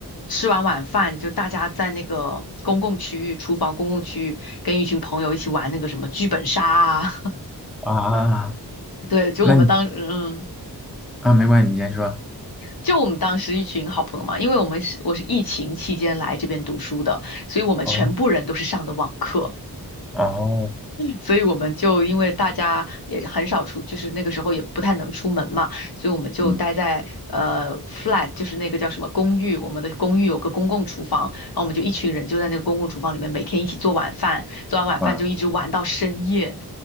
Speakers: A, on the left (about 60°); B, in the centre.
A: 吃完晚饭，就大家在那个公共区域、厨房公共区域，跟一群朋友一起玩那个什么剧本杀啊。
B: 啊，
A: <laughs> 对，就我们当嗯。
B: 那你啊，没关系，你先说。
A: 就我们当时一群好朋友嘛，因为我们是我是疫情期间来这边读书的，所以我们全部人都是上的网课。
B: 哦，哦，
A: 所以我们就因为大家也很少出，就是那个时候也不太能出门嘛，所以我们就待在呃
B: 嗯
A: flat，就是那个叫什么公寓，我们的公寓有个公共厨房，然后我们就一群人就在那个公共厨房里面每天一起做晚饭，做完晚饭就一直玩到深夜。
B: 啊，